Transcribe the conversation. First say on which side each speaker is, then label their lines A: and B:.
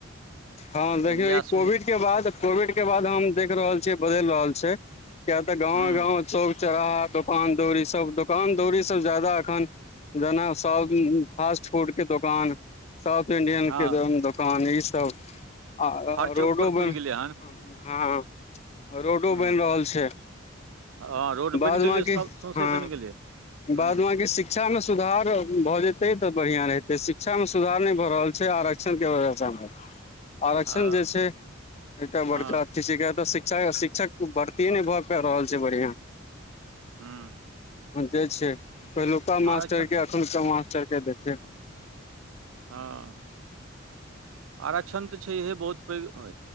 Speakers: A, on the left; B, on the right.
A: हँ देखियौ
B: तऽ इएह
A: ई
B: सुनि
A: कोविड के बाद कोविड के बाद हम देख रहल छियै बदलि रहल छै। किया तऽ गावे
B: हुँ
A: गाँव चौक चौराहा दोकान दौरी सब दोकान दौरी सब जा्यदाा एखन जेना सब फास्ट फूडके दोकान। साउथ इंडियन
B: हँ
A: के दोकान ई सब। आ
B: हर चौक
A: रोडो
B: पर
A: बनि
B: खुजि गेलै हन
A: हां रोडो
B: हुँ
A: बनि रहल छै।
B: हँ रोड बनि
A: बाद
B: गेलै
A: बाकी
B: सब सौँसे
A: हँ
B: बनि गेलै हुँ
A: बाद बाकी शिक्षा शिक्षा में सुधार भऽ जेतै तऽ बढ़िआँ रहहितै, शिक्षा में सुधार नहि भऽ रहल छै, आरक्षणके वजहसँ। आरक्षण
B: हँ
A: जे छै, एकटा बड़का
B: हँ
A: अथी छै शिक्षा शिक्षक भर्तीये नहि भए पाब रहल छै बढ़िियां।
B: हूँ।
A: जे छै पहिलुका मास्टर
B: आरक्षण
A: के एखुनका मास्टर के देखयो।
B: हां। आरक्षण तऽ छै इएहे बहुत पैघ